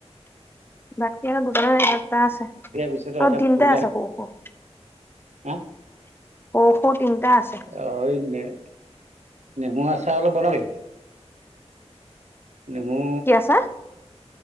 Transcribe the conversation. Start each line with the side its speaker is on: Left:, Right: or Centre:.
Left: বাকী আৰু দোকানৰ এটা আছে, অ',
Right: ইয়াৰ পিছতে অমিতা
Left: তিনটা
Right: ফুলবিলাক
Left: আছে সৰু-সৰু।
Right: হা?
Left: সৰু-সৰু তিনটা আছে।
Right: <unintelligible> নেমু আচাৰ অলপ বনালি? নেমু
Left: কি আছে